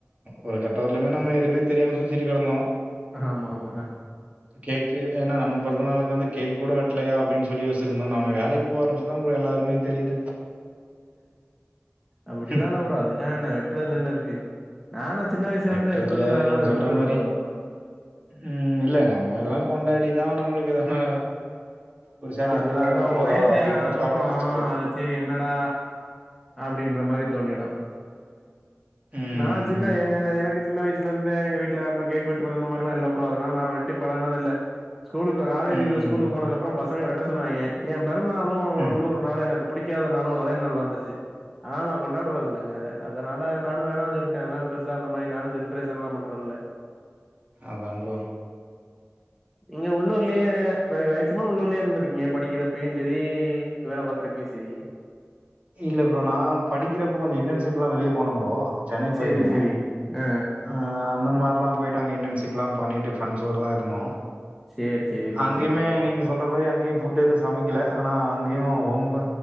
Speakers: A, on the right (about 30°); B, in the centre.
A: ஒரு கட்டோ வரலுமே நம்ம எதுமே தெரியாம சுத்திட்டு கெடந்தோ
B: ஆமா ஆமா
A: கேக்கு ஏன்னா நம்ம பொறந்த நாளுக்கு வந்து கேக்கு கூட வெட்லையா அப்டின்னு சொல்லி வச்சிருந்தோ நம்ம வேலைக்கி போக ஆரம்பிச்சுதா ப்ரோ எல்லா அருமையு தெரியுது
B: அப்டிலா
A: ஹம்.
B: இல்ல ப்ரோ அதுக்காக என்ன வெட்றதுல என்ன இருக்கு நானு சின்ன வயசுல
A: வெட்டுறதுல
B: இருந்தே வெட்றதில்ல அதனால
A: நீங்க
B: வெட்றதில்ல
A: சொல்ற மாரி
B: ப்ரோ
A: ம் இல்ல நம்ம இதெல்லா கொண்டாடிதா நம்மளுக்கு எதனா ஒரு சாட்டிஸ்ஃபை
B: அதுதா அதா
A: ஆக
B: ஒரு
A: போதா
B: வயசு
A: அப்டின்ற
B: ஆனதுக்கப்பறோ
A: ஒரு தாட் வந்துச்சு ப்ரோ.
B: அது சேரி என்னடா அப்பிடின்ற மாரி தோணிடு
A: ம்.
B: நா சின்ன எங்கன எனக்கு சின்ன வயசுல இருந்தே எங்க வீட்ல அந்த கேக் வெட்றது அந்த மாரிலா இல்ல ப்ரோ அதனால நா வெட்டி பழகுனது இல்ல ஸ்கூலுக்கு காலேஜுக்கு
A: ம்.
B: ஸ்கூலுக்கு போனதுக்கு அப்பறோ பசங்க வெட்ட சொன்னாய்ங்க யேன் பெறந்த நாளு
A: ம்.
B: இன்னொரு நாளு எனக்கு பிடிக்காத நாளு ஒரே நாள்ல வந்துருச்சி அதனால நா கொண்டாடுறது இல்லங்க அத அதனால நானு வேணான்னு சொல்ட்டே அதனால பெருசா அந்த மாரி நானு செலிபிரேஷன்லா பண்றதில்ல
A: அதா ப்ரோ
B: நீங்க உள்ளூர்லயே வெரி மேக்சிமம் உள்ளூர்லயே இருந்துருக்கீங்க படிக்கிறப்பயு செரி வேல பாக்கறப்பயு செரி
A: இல்ல ப்ரோ நா படிக்கிறப்போ கொஞ்ச இன்டர்ன்ஷிப்லா வெளிய போன ப்ரோ சென்னை போயிருந்தே
B: சேரி சேரி ஆ
A: ஆ அந்த மாரிலா போயிட்டு அங்க இன்டன்ஷிப்லா பண்ணிட்டு ஃப்ரெண்ட்ஸோடதா இருந்தோ
B: சேரி சேரி ப்ரோ
A: அங்கேமே
B: சேரி ப்ரோ
A: நீங்க சொல்ற மாரி அங்கேயு புட் எதும் சமைக்கல ஆனா அங்கேயு‌ ஒம்ப